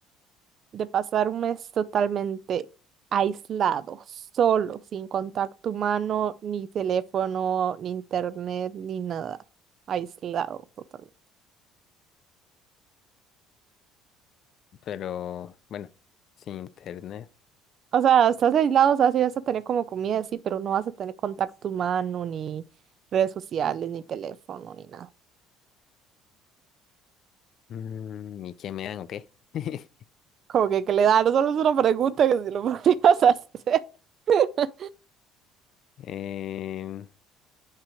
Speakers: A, on the right; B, on the left.
A: de pasar un mes totalmente aislado, solo, sin contacto humano, ni teléfono, ni internet, ni nada. Aislado totalmente.
B: pero bueno, sin internet.
A: O sea, estás aislado, o sea, sí vas a tener como comida, sí, pero no vas a tener contacto humano, ni redes sociales, ni teléfono, ni nada.
B: Mm, ¿y qué me dan o qué? <laughs>
A: Como que, que le da, no solo es una pregunta que si lo podrías <laughs> hacer. <laughs>
B: Em,